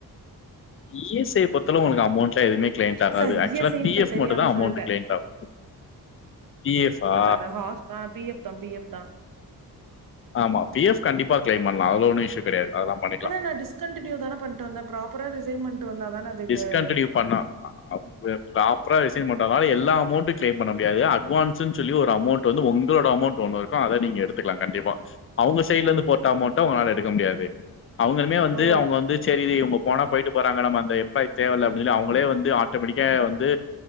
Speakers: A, on the left (about 35°); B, on the right (about 60°).
A: இ எஸ் ஐ பொறுத்தளவு உனக்கு அமௌண்ட் எதுமே கிளைண்ட் ஆகாது
B: சார்
A: ஆக்சுவலா
B: இ எஸ் ஐ
A: பி
B: ன்ட்டு
A: எஃப்
B: தெரியாம
A: மட்டுந்தா அமௌண்ட்
B: சொல்ட்டே
A: கிளைண்ட் ஆகு பி எஃப் ஆ
B: இந்த ஹாஸ் ஆ பி எஃப் தா பி எஃப் தா
A: ஆமா பி எஃப் கண்டிப் ப்ப கிளைம் பண்லா அதுல ஒண்ணு இஷ்யூ கெடையாது அதெலா பண்ணிக்லா
B: ஆனா நா டிஸ்கண்டினியூ தான பண்ட்டு வந்தே ப்ராப்பரா ரிசைன் பண்ட்டு வந்தா தான அதுக்கு
A: டிஸ்கண்டின்யூ பண்ணா அப் எப் பாப் பரா ரிஸைன் பண்ணாதனால எல்லா அமௌண்ட்டு கிளைம் பண்ண முடியாது அட்வான்ஸ்ன் சொல்லி ஒரு அமௌன்ட் வந்து உங்களோட அமெளன்ட் ஒன்னு இருக்கு அத நீங்க எடுத்துக்கலா கண்டிப்பா அவங்க சைட்ல இருந்து போட்ட அமௌன்ட்ட உங்களால எடுக்க முடியாது அவங்களுமே வந்து
B: ஓ
A: அவுங்க வந்து சேரி இவுங்க போனா போய்ட்டு போறாங்க நம்ம அந்த எம்ப்ளாயி தேவல்ல அப்டினு சொல்லி அவுங்களே வந்து ஆட்டோமெட்டிக்கா வந்து